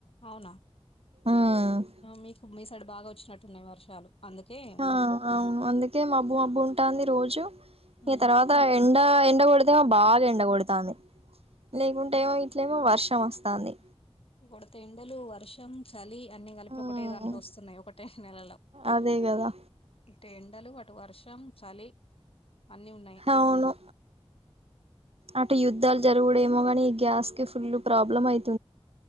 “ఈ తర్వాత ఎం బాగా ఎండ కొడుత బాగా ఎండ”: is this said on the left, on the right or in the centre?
Right